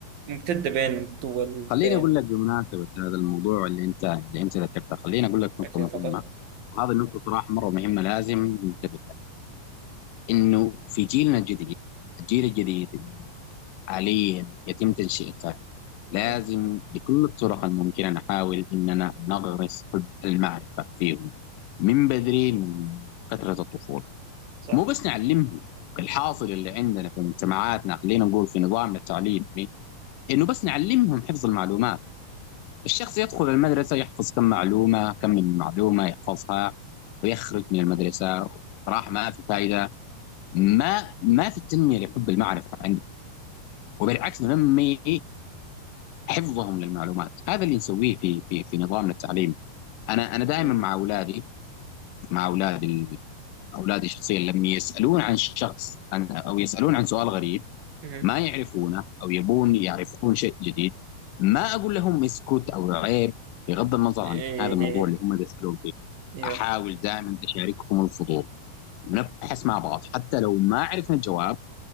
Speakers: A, on the right; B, on the left.
A: ممتدة بين الدول
B: خليني
A: بين
B: اقول لك بمناسبه هذا الموضوع اللي انت اللي انت ذكرته خليني اقول لك نقطه
A: أوكي
B: مهمه
A: تفضل
B: وهذه النقطه صراحه مره مهمه لازم ننتبه لها انه في جيلنا الجديد الجيل الجديد حاليا يتم تنشئته لازم
A: مهم.
B: بكل الطرق الممكنه نحاول اننا نغرس حب المعرفه فيهم من بدري من فتره الطفوله
A: صح
B: مو بس نعلمهم الحاصل اللي عندنا في مجتمعاتنا خلينا نقول في نظامنا التعليمي انه بس نعلمهم حفظ المعلومات الشخص يدخل المدرسه يحفظ كم معلومه كم من معلومه يحفظها ويخرج من المدرسه راح ما في فائده ما ما في تنميه لحب المعرفه عندهم وبالعكس ننمي حفظهم للمعلومات هذا اللي نسويه في في في نظامنا التعليمي انا انا دائما
A: مهم.
B: مع اولادي مع اولادي اولادي شخصيا لما يسالون عن شخص عن او يسالون عن سؤال غريب
A: مهم.
B: ما يعرفونه او يبون يعرفون شيء جديد ما اقول لهم اسكت او عيب بغض النظر
A: إيه
B: عن هذا الموضوع
A: إيه
B: اللي هم يسالون فيه
A: إيوه
B: احاول دائما اشاركهم الفضول ونبحث مع بعض حتى لو ما عرفنا الجواب